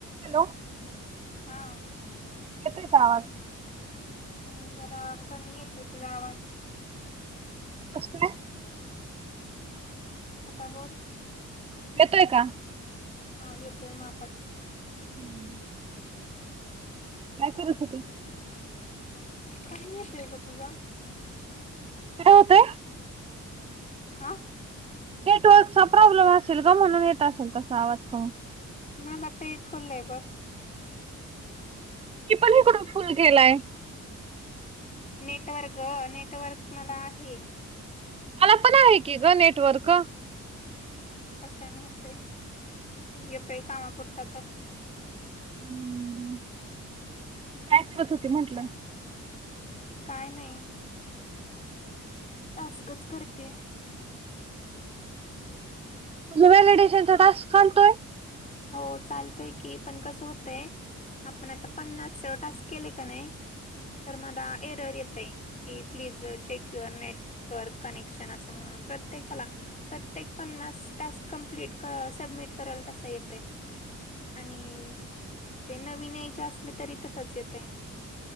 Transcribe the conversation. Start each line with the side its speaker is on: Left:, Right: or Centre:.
Right: Hello.
Left: हा.
Right: येतोय का आवाज
Left: हम् जरा कमी येतोय तुझा आवाज
Right: कसय?
Left: आता बोल.
Right: येतोय का?
Left: हा येतोय मापात
Right: हम्म. काय करत होते.
Left: काम येत आहे ग तुझ?
Right: काय होतंय.
Left: का?
Right: नेटवर्कचा प्रॉब्लेम असेल ग म्हणून येत असेल तसा आवाज करून
Left: म म ते फुल लाब
Right: की पण हकडून फुल केलाय.
Left: नेटवर्क नेटवर्क मला आहे.
Right: मला पण आहे की ग नेटवर्क
Left: कशाने होतेय येतोय कामापुरता तर
Right: हम्म काय करत होते म्हटलं.
Left: काय नाही. तास्कच करते. ह.
Right: तुजा व्हलिडेशनचा टास्क चालतोय.
Left: हो चालतोय की पण कसं होतय आपण आता पन्नास टास्क केले का नाही. तर मला एरर येत आहे. कि प्लीज चेक्युअर नेटवर्क कनेक्शन असं म्हणून प्रत्येकाला प्रत्येक पन्नास टास्क कंप्लीट सबमिट करायला तसा येत. आणि ते नवीन यायचे असले तरी तसच येतय.